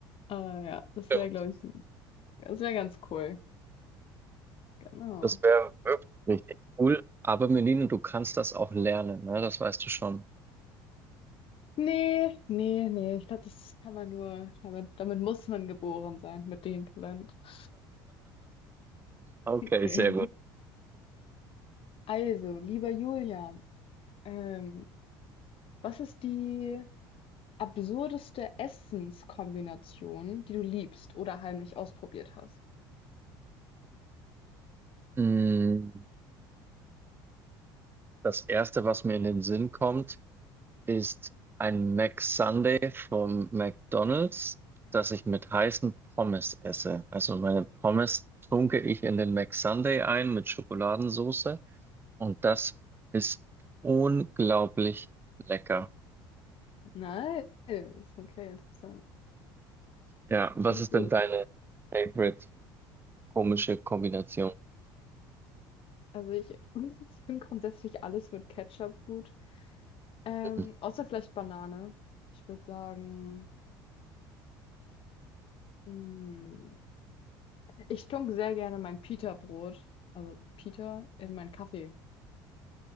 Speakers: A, on the left; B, on the right.
A: Äh, ja, das
B: stimmt.
A: wäre, glaube ich, Das wäre ganz cool. Genau.
B: Das wäre wirklich richtig cool. Aber Melina, du kannst das auch lernen, ne? Das weißt du schon.
A: Nee, nee, nee. Ich glaube, das kann man nur, damit, damit muss man geboren sein, mit dem Talent. <laughs>
B: Okay,
A: Okay.
B: sehr gut.
A: Also, lieber Julian, ähm, was ist die absurdeste Essenskombination, die du liebst oder heimlich ausprobiert hast?
B: Hm, das erste, was mir in den Sinn kommt, ist ein Mac Sunday vom McDonald's, das ich mit heißen Pommes esse. Also meine Pommes tunke ich in den Mac Sunday ein mit Schokoladensauce. Und das ist unglaublich lecker.
A: Nice. Okay, interessant.
B: Ja, was
A: Klingt
B: ist
A: gut.
B: denn deine favorite komische Kombination?
A: Also ich, <laughs> ich finde grundsätzlich alles mit Ketchup gut. Ähm,
B: Mhm.
A: außer vielleicht Banane. Ich würde sagen. Mm. Ich tunke sehr gerne mein Pita-Brot, also Pita, in meinen Kaffee. <laughs>